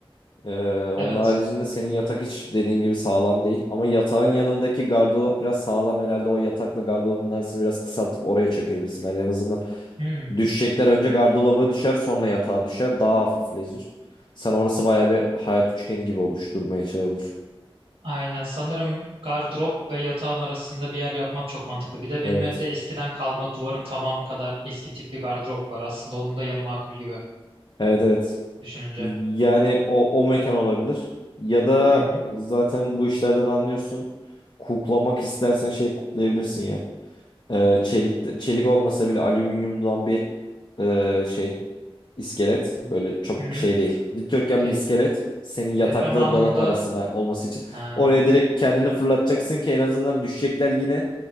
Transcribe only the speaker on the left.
Ee, onun
haricinde senin yatak hiç dediğin gibi sağlam değil. Ama yatağın yanındaki gardırop biraz sağlam herhalde. O yatakla gardırobun arasını biraz kısaltıp oraya çekebilirsin. Hani en azından
Düşecekler önce gardıroba düşer sonra yatağa düşer daha hafifleşir. Sen orası baya bir hayat üçgeni gibi oluşturmaya çalışılır.
Evet.
Evet evet.
Yani o, o mekan olabilir. Ya da
zaten bu işlerden anlıyorsun. Kuklamak istersen şey kuklayabilirsin ya. Ee, çelik, çelik olmasa bile alüminyumdan bir e, şey. İskelet
Böyle çok
şey
değil. Dikdörtgen
bir iskelet. Senin yatakla
dolap arasına olması için.
Oraya direkt kendini fırlatacaksın ki en azından düşecekler yine